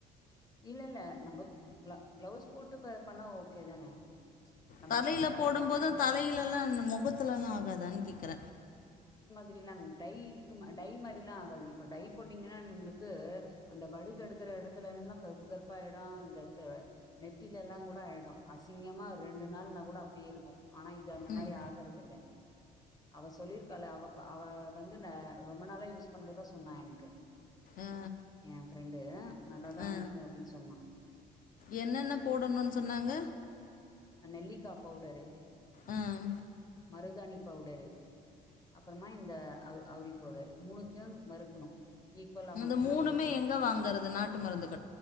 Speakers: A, on the left; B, on the left.
A: இல்ல இல்ல நம்ம க்ளௌ க்ளௌஸ் போட்டு பண்ணா ஓகே தானே நம்ம
B: தலைல
A: த தலைக்கு
B: போடும்
A: அப்ளை
B: போதும்
A: பண்ண
B: தலைலலா முகத்துலலாம் ஆகாதானு கேக்கற
A: தெரில டைக்கு டை மாரிலா ஆகாது, இப்ப டை போட்டீங்னா உங்ளுக்கு அந்த வடுகு எடுக்ற இடத்துலலாம் கருப்பு கருப்பா ஆயிடும், இந்த த்த நெத்தில எலாம் கூட ஆயிடும், அசிங்கமா ரெண்டு நாள்னா கூட அப்டியே இருக்கும், ஆனா இது அந்த
B: ம்
A: மாரி ஆகறதில்ல. அவ சொல்லியிருக்கால அவ அவ வந்து நா ரொம்ப நாளா யூஸ் பண்றதா சொன்னா எனக்கு,
B: அ
A: என் ஃப்ரெண்டு நல்லாதான்
B: அ
A: இருக் க்கு அப்டினு சொன்னா
B: என்னென்ன போடணுன்னு சொன்னாங்க?
A: அ நெல்லிக்கா பவுடரு
B: ஆம்
A: மருதாணி பவுடரு அப்றமா இந்த அவு அவுரி பவுடரு மூணுதியு வறுக்கணு ஈக்குவல் அமௌண்ட்ல
B: இந்த மூணுமே
A: வறுக்கணு
B: எங்க வாங்கறது நாட்டு மருந்துக்